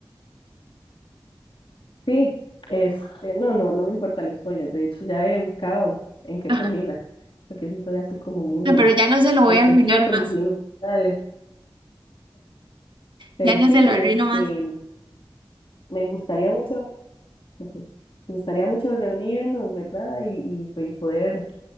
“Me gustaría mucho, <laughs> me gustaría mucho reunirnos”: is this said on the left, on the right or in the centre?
Left